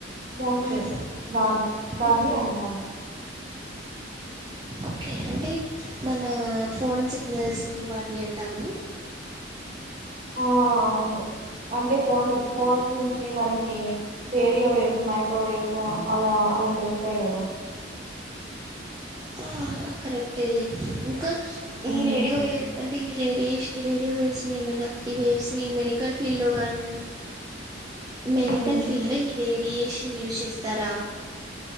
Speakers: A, on the right; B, on the right.
A: మోస్ల్లి
B: మ్మ్.
A: దాన్ని
B: మ్మ్.
A: దాన్ని అంటాము
B: ఓకే అంటే మన ఫోన్ సిగ్నల్స్ని వాటిని అంటామ
A: ఆ అవును అంటే ఫోన్ ఫోన్ నుంచి మనకి రేడియో వేవ్స్ మైక్రోవేవ్స్ అలా అలాంటివి వస్తాయి కదా
B: ఆ కరెక్ట్లే ఇంకా
A: ఉమ్
B: ఈ రేడి ఏ అంటి రేడేయెష ఈ రేడియో వేవ్స్ ని ఏమైనా ఈ వేవ్స్ ని మెడికల్ ఫీల్డ్ లో గాని మెడికల్
A: ఉమ్
B: ఫీల్డ్ లో ఈ రేడియేషన్ యూజ్ చే తర